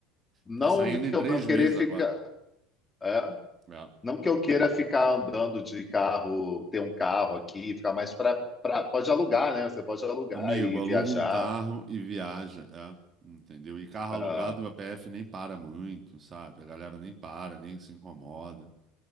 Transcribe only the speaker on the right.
Tá saindo
em três
meses
agora.
É.
Amigo,
aluga
um carro e viaja. É. Entendeu? E carro
alugado, a PF nem para muito, sabe? A galera nem para, nem se incomoda.